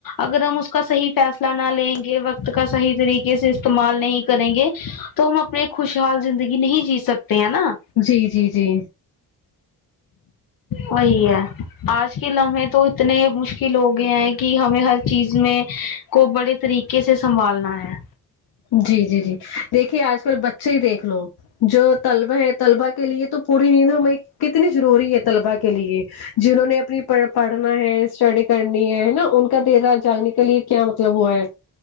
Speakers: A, on the left (about 65°); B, on the left (about 85°).
A: اگر ہم اس کا صحیح فیصلہ نہ لیں گے وقت کا صحیح طریقے سے استعمال نہیں کریں گے تو ہم اپنے خوشحال زندگی نہیں جی سکتے ہیں نا
B: جی جی جی
A: وہی ہے آج ک لمحے تو اتنے مشکل ہو گئے ہیں کہ ہمیں ہر چیز میں کو بڑے طریقے سے سنبھالنا ہے
B: جی جی جی دیکھیے آج کل بچے ہی دیکھ لو جو طلبہ ہے طلبا کے لیے تو پوری نیند ہم کتنی ضروری ہے طلبا کے لیے جنہوں نے اپنی پڑھنا ہے اسٹڈی کرنی ہے نا ان کو کا دیر رات جاگنے کے لیے کیا مطلب ہوا ہے